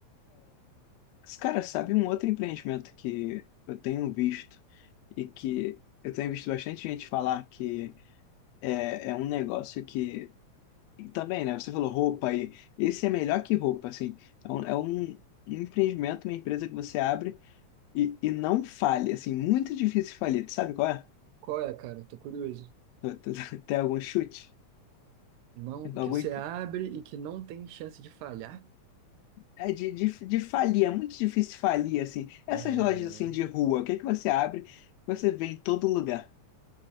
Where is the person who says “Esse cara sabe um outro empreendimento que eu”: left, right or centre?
Left